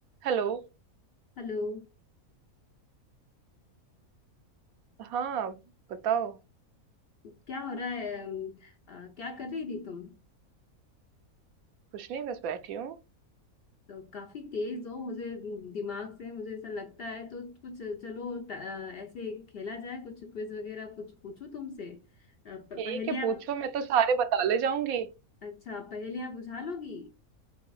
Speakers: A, on the right (about 75°); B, on the left (about 55°).
A: Hello
B: Hello
A: हाँ बताओ
B: क्या हो रहा है अम, आ, क्या कर रही थी तुम
A: कुछ नहीं बस बैठी हूँ
B: तो काफी तेज हो मुझे दिमाग से मुझे ऐसा लगता है तो कुछ चलो त- आ, ऐसे खेला जाए कुछ क्विज वगैरह कुछ पूछूं तुमसे आ, प-
A: ठीक
B: पहेलियाँ
A: है पूछो मैं तो सारे बता ले जाऊंगी
B: अच्छा पहेलियाँ बुझा लोगी